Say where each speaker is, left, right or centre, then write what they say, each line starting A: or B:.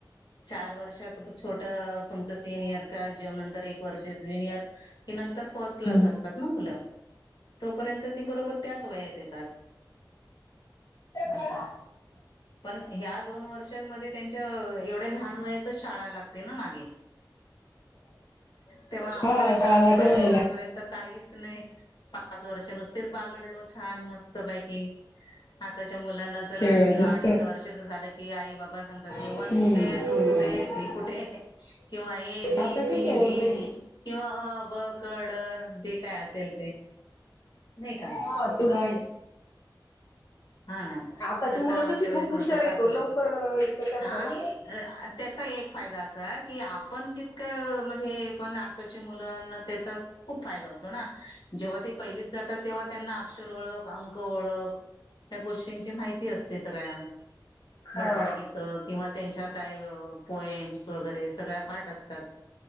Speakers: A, on the left (about 65°); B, on the left (about 40°).
A: चार वर्षात छोट तुमच सिनियर का जे नंतर एक वर्ष ज्युनियर. ते नर फर्ट क्लास
B: हम्म
A: असत मुल तोपर्यंत ती बरोबर त्याच वयात येतात.
B: ते बळा.
A: असं पण ह्या दोन वर्षांमध्ये त्यांच्या एवढ्या लहान वयातच शाळा लागते ना मागे. तेव्हा आम्हाला
B: हा
A: कस
B: शाळाला
A: आम्ही पाच
B: ते महिला
A: वर्षापर्यंत काहीच नाही पाच वर्ष नुसतीच बागडलो छान मस्तपैकी आता च्या मुलांनंतर
B: खेळला
A: अडीच
B: जास्त
A: वर्षाच झालं की आई बाबा सांगतात
B: हम्म
A: वन कुठे
B: तेवढ
A: टू कुठे
B: आहे
A: थ्री कुठे किंवा ए बी
B: आता
A: सी
B: कसं हो
A: डी.
B: लई
A: किंवा अ ब क ड जे काय असेल ते. नाही का
B: हा तुडा आहे.
A: हा ना
B: आताची
A: तसं
B: मुलं
A: आमच्या
B: तशी
A: वेळेस
B: खूप हुशार
A: नव्हतं
B: येतो
A: पाच वर्ष.
B: लवकर येतं त्यांना
A: आणि
B: ना.
A: त्याचा एक फायदा असा की आपण जितकं म्हणजे पण मुलांना त्याचा खूप फायदा होतो ना जेव्हा ते पहिलीत जातात तेव्हा त्यांना अक्षर ओळख अंख ओळख त्या गोष्टींची माहिती असते सगळ्या.
B: हा
A: बडबड गीतं किंवा त्यांच्या काय. पोएम्स वगैरे सगळ्या पाठ असतात.